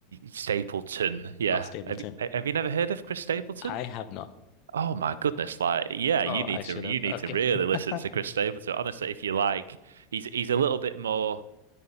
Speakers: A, on the right (about 85°); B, on the left (about 55°).
A: Stapleton, yeah.
B: or Stapleton?
A: Have you, have you never heard of Chris Stapleton?
B: I have not.
A: Oh my goodness! Like, yeah, you
B: Oh,
A: need
B: I should
A: to you
B: have.
A: need
B: Okay.
A: to really listen
B: <laughs>
A: to Chris Stapleton. Honestly, if you like, he's he's a little bit more.